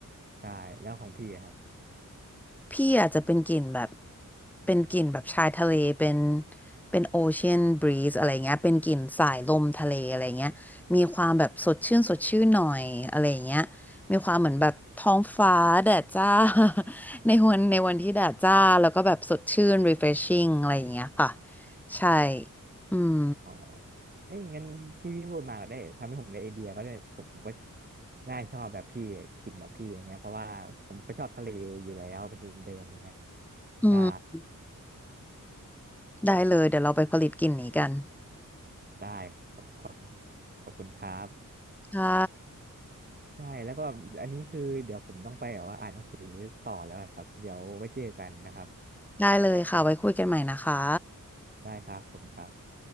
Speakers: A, on the right; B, in the centre.
A: ใช่แล้วของพี่อะครับ
B: พี่อาจจะเป็นกลิ่นแบบเป็นกลิ่นแบบชายทะเลเป็นเป็นโอเชียนบรีซอะไรเงี้ยเป็นกลิ่นสายลมทะเลอะไรเงี้ยมีความแบบสดชื่นสดชื่นหน่อยอะไรเงี้ยมีความเหมือนแบบท้องฟ้าแดดจ้า <laughs> ในวันในวันที่แดดจ้าแล้วก็แบบสดชื่น refreshing อะไรอย่างเงี้ยค่ะใช่อืม
A: อ๋อเอ้ยงั้นที่พี่พูดมาก็ได้ทำให้ผมได้ไอเดียก็ได้ผมก็น่าชอบแบบพี่กลิ่นแบบพี่อย่างเงี้ยเพราะว่าผมก็ชอบทะเลอยู่แล้วเป็นทุนเดิมอย่างเงี้ย
B: อืม
A: ใช่
B: ได้เลยเดี๋ยวเราไปผลิตกลิ่นนี้กัน
A: ได้ครับขอบคุณขอบคุณครับ
B: ค่ะ
A: ใช่แล้วก็อันนี้คือเดี๋ยวผมต้องไปแบบว่าอ่านหนังสือต่อแล้วอะครับเดี๋ยวไว้เจอกันนะครับ
B: ได้เลยค่ะไว้คุยกันใหม่นะคะ
A: ได้ครับขอบคุณครับ